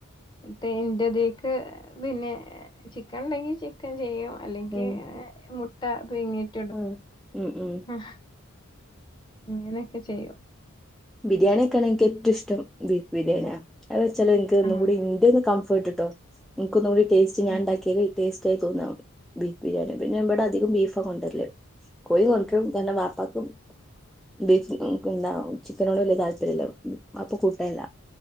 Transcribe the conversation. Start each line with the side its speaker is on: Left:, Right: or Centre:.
Left: എന്നട്ട് ഇന്റതേക്ക് പിന്നെ ചിക്കൻ ഉണ്ടെങ്കിൽ ചിക്കൻ ചെയ്യും അല്ലെങ്കിൽ
Centre: ഉം
Left: മുട്ട പുഴുങ്ങീട്
Centre: ഉം ഉം ഉം
Left: ആഹ് അങ്ങനെയൊക്കെ ചെയ്യും
Centre: ബിരിയാണിയക്കെയാണ് എനിക്ക് ഏറ്റവും ഇഷ്ടബീഫ് ബിരിയാണിയ അത് വെച്ചാല് എനക്ക്ന്നും
Left: ആഹ്
Centre: കൂടി ഇന്റെയ ഒന്ന് കംഫർട്ടിട്ടോനക്ക് ഒന്നും കൂടി ടേസ്റ്റ് ഞാ
Left: ഉം
Centre: ഉണ്ടാക്കിയല് ടേസ്റ്റ് ആയി തോന്നാം ബീഫ് ബിരിയാണി പിന്നെ ഇവിടെ അധികം ബീഫാ കൊണ്ടര്‌ല് കോഴി
Left: ഉം
Centre: കൊറും തന്നെ വാപ്പാക്ക് ബീഫ് നമു <unintelligible> അപ്പൊ കൂട്ടല്ല